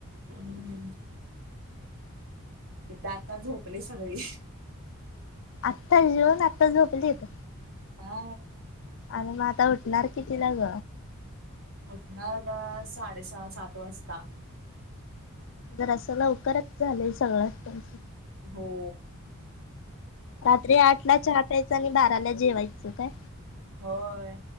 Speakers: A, on the right; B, on the left.
A: हम्म ते तर आता झोपले सगळे.
B: आत्ताच जेवुण आत्ता झोपलीेत?
A: हा.
B: आणि मग आता उटणार किती लाग?
A: उठना साडेसहा, सात वाजता.
B: जरा असं लवकरच झालय सगळ त्यांच.
A: हो.
B: रात्री आठला चहा प्यायच आणि बाराला जेवायचं काय?
A: होय